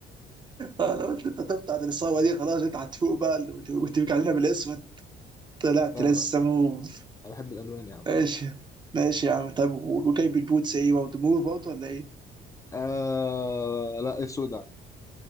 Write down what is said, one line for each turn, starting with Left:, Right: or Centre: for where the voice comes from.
Right: آه، لو قلت انت هتفوت عن الاصابه دي خلاص انت هتفوق بقى وت- وتبقى علينا بالاسود طلعت
Left: لا
Right: لسه
Left: لا
Right: موف
Left: انا بحب الالوان يا عم
Right: ماشي ماشي يا عم طب و- وجايب البوتس ايه برضه موف برضه ولا ايه؟
Left: آه لا السودا